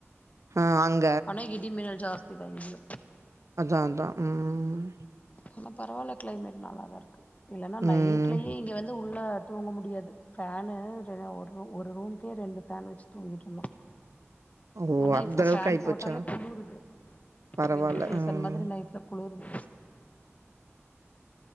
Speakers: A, on the right (about 85°); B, on the left (about 30°).
A: ஆ அங்
B: ஆனா இடி மின்னல் ஜாஸ்தி தா இங்கயும்
A: அதா அதா ம் ம்
B: ஆனா பரவா இல்ல க்ளைமேட் நல்லா தா இருக்கு இல்லன்னா
A: ம்
B: நைட் ட்லயே இங்க வந்து உள்ள தூங்க முடியாது ஃபேன்னு சரியா ஒடனு ஒரு ரூம்கே ரெண்டு ஃபேன் வச்சு தூங்கிட்ருந்தோ
A: ஓ
B: ஆனா
A: அந்த
B: இப்போ
A: அளவுக்கு
B: ஃபேன்
A: ஆயிப்போச்சா
B: போட்டாலே குளுவுருது
A: பரவால்ல
B: வின்டர் சீசன்
A: ம்
B: மாதிரி நைட்ல குளுவுருது